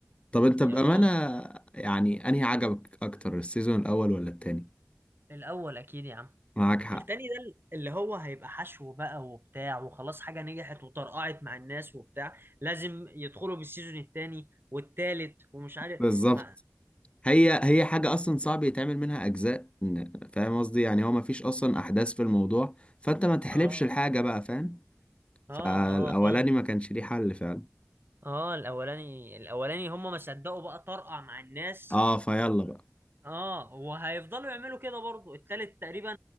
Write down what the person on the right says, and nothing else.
يا
راجل
الاول اكيد يا عم
التاني ده اللي هو هيبقى حشو بقى وبتاع وخلاص حاجة نجحت وطرقعت مع الناس وبتاع لازم يدخلوا بالسيزون التاني والتالت ومش عارف
ما
اه
اه
اه فاهم
اه الاولاني الاولاني هم ما صدقوا بقى طرقع مع الناس
اه وهيفضلوا يعملوا كده برضو التالت تقريبا